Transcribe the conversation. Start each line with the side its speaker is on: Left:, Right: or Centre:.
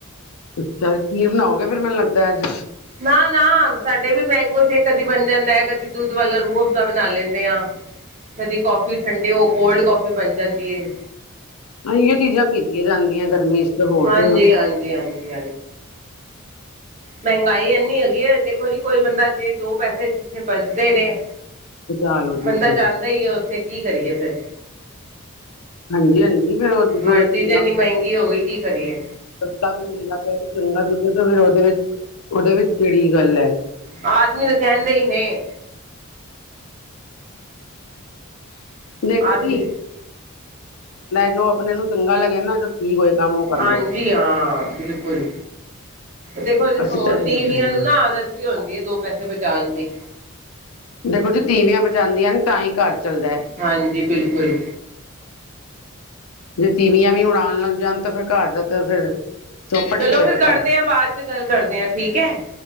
Left: ਅੱਛਾ ਖੀਰ ਬਣਾਓਗੇ ਫਿਰ ਮੈਨੂੰ ਲੱਗਦਾ ਅੱਜ
Right: ਨਾ-ਨਾ ਸਾਡੇ ਵੀ ਮੈਂਗੋ ਸ਼ੇਕ ਕਦੀ ਬਣ ਜਾਂਦਾ ਹੈ, ਕਦੀ ਦੁੱਧ ਵਾਲਾ ਰੂਹ ਅਫਜ਼ਾ ਬਣਾ ਲੈਂਦੇ ਆ। ਕਦੀ ਕੋਫੀ ਠੰਡੇ ਹੋ, ਕੋਲਡ ਕੌਫੀ ਬਣ ਜਾਂਦੀ ਏ।
Left: ਏਹੋ ਚੀਜ਼ਾਂ ਪੀਤੀਆਂ ਜਾਂਦੀਆਂ ਗਰਮੀ ਚ ਹੋਰ
Right: ਹਾਂਜੀ
Left: ਤ
Right: ਹਾਂਜੀ- ਹਾਂਜੀ ਮਹਿੰਗਾਈ ਇੰਨੀ ਹੈਗੀ ਹੈ, ਦੇਖੋ ਜੀ ਕੋਈ ਬੰਦਾ ਜਿਥੇ ਦੋ ਪੈਸੇ ਜਿੱਥੇ ਬੱਚਦੇ ਨੇ।
Left: ਬਚਾਅ ਲਓ ਜੀ
Right: ਬੰਦਾ ਜਾਦਾ ਹੀ ਹੈ, ਉੱਥੇ ਕੀ ਕਰੀਏ ਫੇਿਰ।
Left: ਹਾਂਜੀ ਹਾਂਜੀ ਫਿਰ ਉਹ ਦੁੱਧ
Right: ਹਰ ਚੀਜ ਇੰਨੀ ਮਹਿੰਗੀ ਹੋ ਗਈ ਕੀ ਕਰੀਏ।
Left: ਸਸਤਾ ਵੀ ਮਿਲਦਾ ਪਿਆ ਤੇ ਚੰਗਾ ਦੁੱਧ, ਤੇ ਫਿਰ ਉਹਦੇ ਵਿੱਚ ਕਿਹੜੀ ਗੱਲ ਅ।
Right: ਆਦਮੀ ਤਾਂ ਕਹਿੰਦੇ ਹੀ ਨੇ।
Left: ਦੇਖੋ
Right: ਆਦਮੀ
Left: ਜੀ ਜੋ ਆਪਣੇ ਨੂੰ ਚੰਗਾ ਲੱਗਦਾ ਏ ਨ ਠੀਕ ਹੋਏਗਾ ਕੰਮ। ਕਰ
Right: ਹਾਂਜੀ,
Left: ਲਓ
Right: ਹਾਂ ਬਿਲਕੁਲ। ਦੇਖੋ
Left: ਅਸੀਂ
Right: ਹੋਰ
Left: ਤਾਂ ਇਹੀਓ
Right: ਤੀਵੀਆਂ
Left: ਕਹਿੰਦੇ
Right: ਨੂੰ
Left: ਹਾਂ
Right: ਨਾ ਆਦਤ ਵੀ ਹੁੰਦੀ ਹੈ ਦੋ ਪੈਸੇ ਬਚਾਉਣ ਦੀ।
Left: ਦੇਖੋ ਜੀ ਤੀਵੀਆਂ ਬਚਾਉਂਦੀਆਂ ਨੇ ਤਾਂ ਹੀ ਘਰ ਚੱਲਦਾ ਹੈ।
Right: ਹਾਂਜੀ, ਬਿਲਕੁਲ।
Left: ਜੇ ਤੀਵੀਆਂ ਵੀ ਹੁਣ ਆਉਣ ਲੱਗ ਜਾਣ ਤੇ ਫਿਰ ਘਰ ਦਾ ਤਾਂ ਫਿਰ। ਚੌਪਟ
Right: ਚਲੋ
Left: ਹੀ ਹੋ ਜਾਏਗਾ
Right: ਫੇਰ ਕਰਦੇ
Left: ਘਰ
Right: ਹਾਂ ਬਾਅਦ ਚ ਗੱਲ ਕਰਦੇ ਹਾਂ ਠੀਕ ਹੈ।